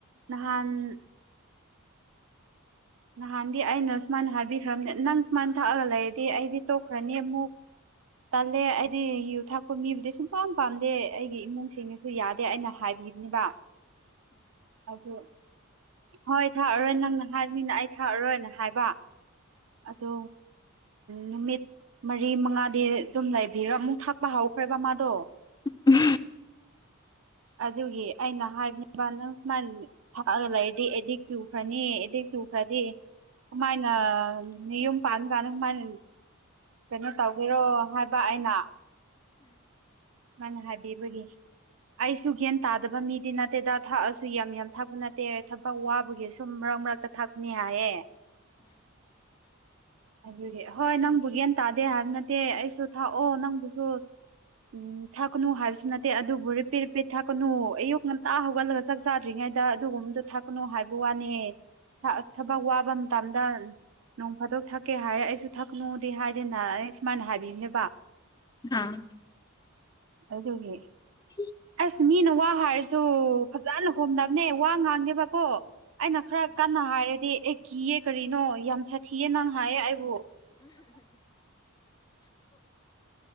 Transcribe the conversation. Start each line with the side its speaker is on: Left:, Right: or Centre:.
Right: ꯅꯍꯥꯟ <inaudible> ꯅꯍꯥꯟꯗꯤ ꯑꯩꯅ ꯁꯨꯃꯥꯏꯅ ꯍꯥꯏꯕꯤꯈ꯭ꯔꯕꯅꯦ ꯅꯪ ꯁꯨꯃꯥꯏꯅ ꯊꯛꯑꯒ ꯂꯩꯔꯗꯤ ꯑꯩꯗꯤ ꯇꯣꯛꯈ꯭ꯔꯅꯤ ꯑꯃꯨꯛ ꯇꯜꯂꯦ ꯍꯥꯏꯗꯤ ꯌꯨ ꯊꯥꯛꯄ ꯃꯤꯕꯨꯗꯤ ꯁꯨꯡꯄꯥꯝ ꯄꯥꯝꯗꯦ ꯑꯩꯒꯤ ꯏꯃꯨꯡꯁꯤꯡꯅꯁꯨ ꯌꯥꯗꯦ ꯑꯩꯅ ꯍꯥꯏꯕꯤꯕꯅꯦꯕ ꯑꯗꯣ ꯍꯣꯏ ꯊꯛꯑꯔꯣꯏ ꯅꯪꯅ ꯍꯥꯏꯕꯅꯤꯅ ꯑꯩ ꯊꯛꯑꯔꯣꯏꯅ ꯍꯥꯏꯕ ꯑꯗꯣ ꯅꯨꯃꯤꯠ ꯃꯔꯤ ꯃꯉꯥ ꯗꯤ ꯑꯗꯨꯝ ꯂꯩꯕꯤꯔꯣ ꯑꯃꯨꯛ ꯊꯛꯄ ꯍꯧꯈ꯭ꯔꯦꯕ ꯃꯥꯗꯣ
Left: ꯎꯝ
Right: ꯑꯗꯨꯒꯤ ꯑꯩꯅ ꯍꯥꯏꯕꯅꯦꯕ ꯅꯪ ꯁꯨꯃꯥꯏꯅ ꯊꯛꯑꯒ ꯂꯩ ꯗꯤ ꯑꯦꯗꯤꯛ ꯆꯨꯈꯔꯅꯤ ꯑꯦꯗꯤꯛ ꯆꯨꯈ꯭ꯔꯗꯤ ꯀꯃꯥꯏꯅ ꯌꯨꯝ ꯄꯥꯟꯕꯥꯟ ꯀꯥꯟꯗ ꯀꯃꯥꯏꯅ ꯀꯩꯅꯣ ꯇꯧꯒꯦꯔꯣ ꯍꯥꯏꯕ ꯑꯩꯅ ꯃꯥꯅ ꯍꯥꯏꯕꯤꯕꯒꯤ ꯑꯩꯁꯨ ꯒ꯭ꯌꯥꯟ ꯇꯥꯗꯕ ꯃꯤꯗꯤ ꯅꯠꯇꯦꯗ ꯊꯛꯑꯁꯨ ꯌꯥꯝ ꯌꯥꯝ ꯊꯛꯄ ꯅꯠꯇꯦ ꯊꯕꯛ ꯋꯥ ꯕꯒꯤ ꯁꯨꯝ ꯃꯔꯛ ꯃꯔꯛꯇ ꯊꯛꯄꯅꯤ ꯍꯥꯏꯌꯦ ꯑꯗꯨ ꯍꯣꯏ ꯅꯪꯕꯨ ꯒꯌ꯭ꯥꯟ ꯇꯥꯗꯦ ꯍꯥꯏꯕ ꯅꯠꯇꯦ ꯑꯩꯁꯨ ꯊꯥꯛꯑꯣ ꯅꯪꯕꯨꯁꯨ ꯎꯝ ꯊꯥꯛꯀꯅꯨ ꯍꯥꯏꯕꯁꯨ ꯅꯠꯇꯦ ꯑꯗꯨꯕꯨ ꯔꯤꯄꯦꯠ ꯔꯤꯄꯦꯠ ꯊꯥꯛꯀꯅꯨ ꯑꯌꯨꯛ ꯉꯟꯇꯥ ꯍꯧꯒꯠꯂꯒ ꯆꯥꯛ ꯆꯥꯗ꯭ꯔꯤꯉꯩꯗ ꯑꯗꯨꯒꯨꯝꯕꯗꯣ ꯊꯛꯀꯅꯨ ꯍꯥꯏꯕ ꯋꯥꯅꯦ ꯊꯕꯛ ꯋꯥꯕ ꯃꯇꯝꯗ ꯅꯣꯡ ꯐꯥꯗꯣꯛ ꯊꯛꯀꯦ ꯍꯥꯏꯔꯦ ꯑꯩꯁꯨ ꯊꯛꯀꯅꯨꯗꯤ ꯍꯥꯏꯗꯅ ꯑꯩ ꯁꯨꯃꯥꯏꯅ ꯍꯥꯏꯕꯤꯌꯨꯅꯦꯕ
Left: ꯑꯝ
Right: ꯑꯗꯨ ꯇꯧꯒꯦ
Left: <inaudible>
Right: ꯑ ꯃꯤꯅ ꯋꯥ ꯍꯥꯏꯔꯁꯨ ꯐꯖꯅ ꯂꯨꯍꯣꯡꯅꯕꯅꯦ ꯋꯥ ꯉꯥꯡꯗꯦꯕꯀꯣ ꯑꯩꯅ ꯈꯔ ꯀꯟꯅ ꯍꯥꯏꯔꯗꯤ ꯑꯦ ꯀꯤꯌꯦ ꯀꯔꯤꯅꯣ ꯌꯥꯝ ꯊꯤꯌꯦ ꯅꯪ ꯍꯥꯏꯌꯦ ꯑꯩꯕꯨ